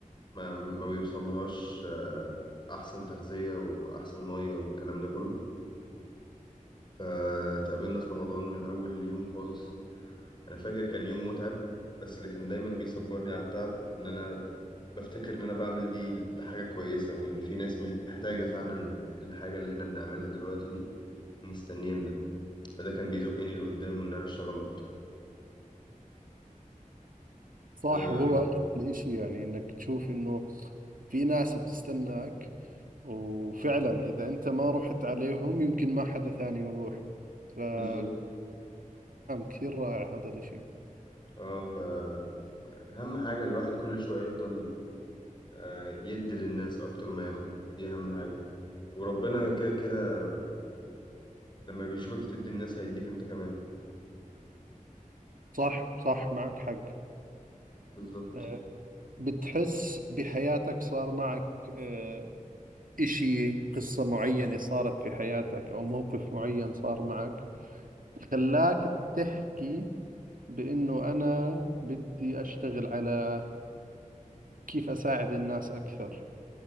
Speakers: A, on the left; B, on the right.
A: ما ما بيوصلهاش آه، احسن تغذية واحسن مية والكلام ده كله فتقابلنا في رمضان من اول يوم خالص انا فاكر كان يوم متعب بس اللي كان دايما بيصبرني على التعب ان انا بفتكر ان انا بعمل دي لحاجة كويسة وان في ناس مح- محتاجة فعلا الحاجة اللي احنا بنعملها دلوقتي دي مستنينا فده كان بيزقني لقدام وان انا اشتغل اكتر
B: صح
A: آه،
B: وهو أجمل إشي يعني إنك تشوف إنه في ناس بتستناك وفعلا إذا أنت ما رحت عليهم يمكن ما حدا ثاني يروح فنعم
A: بالظبط
B: كثير رائع هذا الإشي
A: اه فأهم حاجة الواحد كل شوية يفضل آه، يدي للناس أكتر ما ياخد دي أهم حاجة وربنا كده كده لما بيشوفك تدي الناس هيديك أنت كمان
B: صح صح معك حق
A: بالظبط
B: آه، بتحس بحياتك صار معك آه، إشي قصة معينة صارت في حياتك أو موقف معين صار معك خلاك تحكي بإنه أنا بدي أشتغل على كيف أساعد الناس أكثر